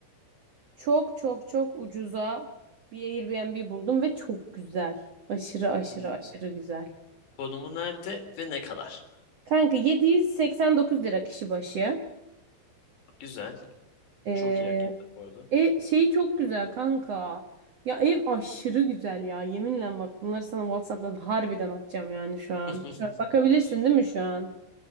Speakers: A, on the right; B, on the left.
A: Çok çok çok ucuza bir Airbnb buldum ve çok güzel. Aşırı aşırı
B: Hmm,
A: aşırı güzel.
B: Konumu nerede ve ne kadar?
A: Kanka 789 lira kişi başı.
B: Güzel.
A: Ee,
B: Çok iyi hakikaten bu arada.
A: E şey çok güzel kanka. Ya ev aşırı güzel ya. Yeminle bak bunları sana WhatsApp'tan harbiden atacağım yani şu an.
B: <laughs>
A: Şu an Bakabilirsin değil mi şu an?